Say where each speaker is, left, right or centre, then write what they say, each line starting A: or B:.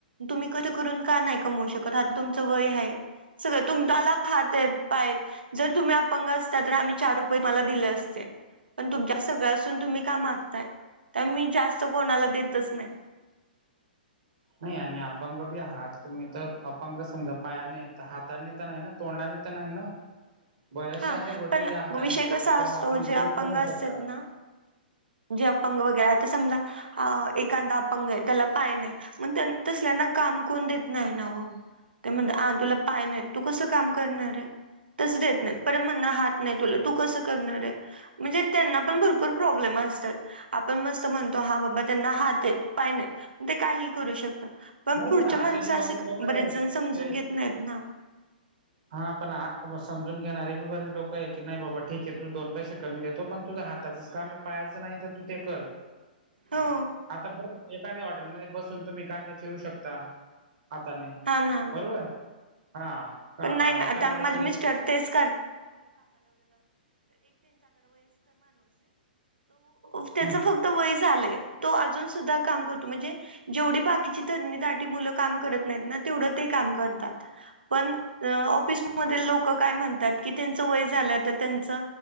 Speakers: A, on the right (about 75°); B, on the right (about 55°).
A: तुम्ही कष्ट करून का नाही कमवू शकत? आता तुमच वय हाय सगळं, तुम्हा हात हायत, पाय हायत. जर तुम्ही अपंग असता तर आम्ही चार रुपये तुम्हाला दिले असते. पण तुमच्यात सगळ्या असून तुम्ही का मागताय, तर मी जास्त कोणाला देतच नाही.
B: नाही आणि अपंग बी आहात तुम्ही तर अपंग समजा पायाने हायत हातानी तर नाही ना, तोंडाने तर नाही ना. बऱ्याचशा
A: हा
B: अशा गोष्टी
A: पण
B: ज्या हाताने
A: विषय
B: येऊ
A: कसा
B: शकतात किंवा
A: असतो
B: आपण
A: जे
B: बोलून
A: अपंग
B: पण होऊ
A: असतात
B: शकता.
A: ना जे अपंग वगैरे हाय तर समजा हा एखादा अपंग आहे, त्याला पाय नाही मग तसल्याना काम कोण देत नाही ना हो. ते म्हणत आ तुला पाय नाही, तू कसं काम करणार आहे? तस देत नाही पर म्हणला हात नाही तुला, तू कसं करणार हे? म्हणजे त्यांना पण भरपूर प्रॉब्लेम अस आपण मस्त म्हणतो हा बाबा त्यांना हात पायनेत ते काही करू शकत पण
B: नाही
A: पुढच्या माणसं
B: बी बरेच
A: असे
B: लोक
A: बरेच
B: आहेत
A: जण समजून
B: ते
A: घेत नाइत ना
B: <inaudible> हा पण समजून घेणारे बरेच लोक आहे की नाही बाबा ठीक आहे तू दोन पैसे कमी देतो पण तुझा हात त्याचच काम पाआयचं नाइ तर तू ते कर
A: हो
B: आता बस एखाद्या हॉटेलमदे बसून तुमी कांदा चिरू शकता आता नाइ
A: हा ना
B: बरोबर आ हा अं,
A: पण नाइ ना आता
B: टमाटर चिरू
A: माजे मिस्टर
B: शकता
A: तेच <unintelligible> त्याच
B: हम्म
A: फक्त वय झालंय तो अजून सुदा काम करतो म्हणजे जेवढी बाकीची तरणी मूल काम करत नाईत ना तेवढं ते काम करतात पण अ ऑफिसमदील लोक काय म्हणतात की त्यांचं वय झालं तर त्यांच